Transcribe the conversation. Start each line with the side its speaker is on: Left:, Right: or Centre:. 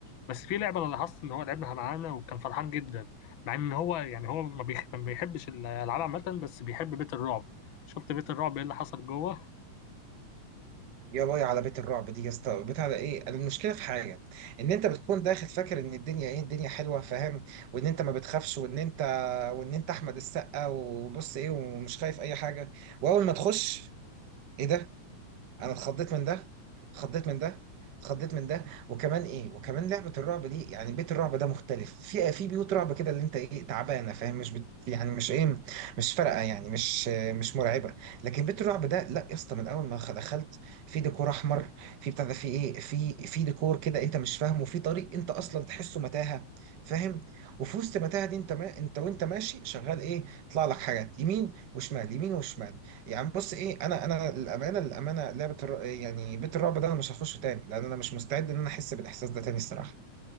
Left: بس في لعبه انا لاحظت ان هو لعبها معانا وكان فرحان جدا مع ان هو يعني هو ما بيح- ما بيحبش الالعاب عامه بس بيحب بيت الرعب شفت بيت الرعب ايه اللي حصل جوه
Right: يا باي على بيت الرعب دي يا اسطى بيت على ايه المشكله في حاجه ان انت بتكون داخل فاكر ان الدنيا ايه الدنيا حلوه فاهم وان انت ما بتخافش وان انت وان انت احمد السقا وبص ايه ومش خايف اي حاجه واول ما تخش ايه ده انا اتخضيت من ده اتخضيت من ده اتخضيت من ده وكمان ايه وكمان لعبه الرعب دي يعني بيت الرعب ده مختلف في في بيوت رعب كده اللي انت ايه تعبانه فاهم مش بت يعني مش ايه مش فارقه يعني مش مش مرعبه لكن بيت الرعب ده لا يا اسطى من اول ما خ- دخلت في ديكور احمر في بتاع ده في ايه في في ديكور كده انت مش فاهمه في طريق انت اصلا تحسه متاهه فاهم وفي وسط المتاهه دي انت ما انت وانت ماشي شغال ايه يطلع لك حاجات يمين وشمال يمين وشمال يعني بص ايه انا انا الامانه الامانه لعبه الر... يعني بيت الرعب ده انا مش هخشه تاني لان انا مش مستعد ان انا احس بالاحساس ده تاني الصراحه